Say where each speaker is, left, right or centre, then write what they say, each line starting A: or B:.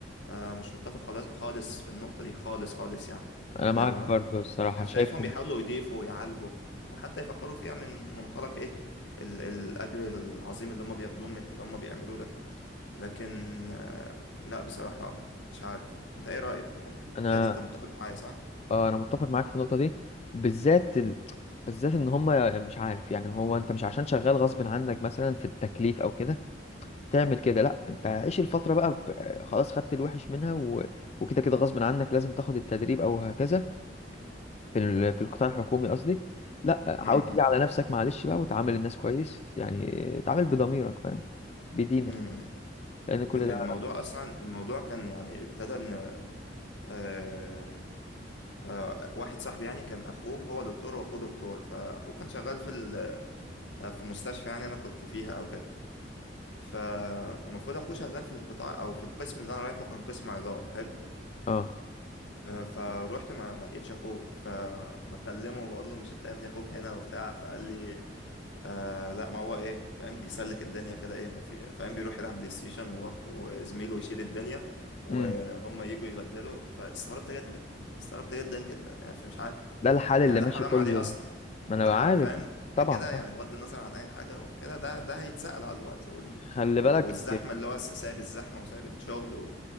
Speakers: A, on the left; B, on the left.
A: آه مش متفق خالص خالص في النقطه دي خالص خالص يعني
B: أنا
A: يعني
B: معاك برضو الصراحة
A: أنا شايفهم
B: شايف
A: بيحاولوا يضيفوا ويعالجوا وحتى يفكروا فيها من منطلق ايه ال... الاجر العظيم اللي هم بياخدوه من اللي هم بيعملوه ده لكن آه، لا بصراحة مش عارف انت ايه رأيك يعني متهيألي
B: أنا
A: انت متفق معايا صح؟
B: اه انا متفق معاك في النقطه دي بالذات ال... بالذات ان هم مش عارف يعني هو انت مش عشان شغال غصب عنك مثلا في التكليف او كده تعمل كده لا انت عيش الفتره بقى ب... خلاص خدت الوحش منها و... وكده كده غصب عنك لازم تاخد التدريب او هكذا في ال... في القطاع الحكومي قصدي لا حاول
A: امم
B: تيجي على نفسك معلش بقى وتعامل الناس كويس يعني اتعامل بضميرك فاهم بدينك
A: امم
B: لان كل
A: الموضوع
B: ده
A: اصلا الموضوع كان يعني ابتدى ان آه، آه، واحد صاحبي يعني كان اخوه هو دكتور واخوه دكتور فاخوه كان شغال في ال- آه، في مستشفى يعني انا كنت فيها او كده فالمفروض اخوه شغال في القطاع او في القسم اللي انا رايحه كان قسم عظام حلو
B: اه
A: آه، فروحت ما ما لقيتش اخوه فبكلمه وبقول له مش انت يا ابني اخوك هنا وبتاع فقال لي آه لا ما هو ايه فاهم بيسلك الدنيا كده ايه ما في فاهم بيروح يلعب بلاي ستيشن و- وزميله يشيل الدنيا وهم
B: امم
A: يجوا يبدلوا فاستغربت جدا استغربت جدا جدا يعني فمش عارف
B: ده الحال اللي
A: يعني
B: ماشي
A: ده حرام
B: كله
A: عليه اصلا
B: ما انا
A: ده ح-
B: عارف
A: فاهم ده
B: طبعا
A: كده
B: طبعا
A: يعني بغض النظر عن اي حاجه وكده ده ده هيتسأل على الوقت وال...
B: خلي بالك
A: و- والزحمه اللي هو س- سايب الزحمه وسايب الشغل و...